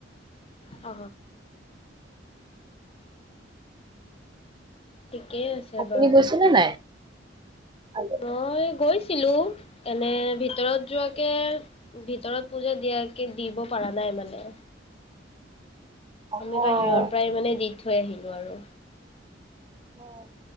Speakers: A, on the left; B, on the right.
A: অ ঠিকেই আছে
B: আপুনি
A: বাৰু
B: গৈছেনে নাই আগতে
A: মই গৈছ ছিলো এনে ভিতৰত যোৱাকে ভিতৰত পূজা দিয়াকে দিব পৰা নাই মানে
B: অ',
A: আমি বাহিৰৰ পৰাই মানে দি থৈ আহিলোঁ আৰু
B: হয়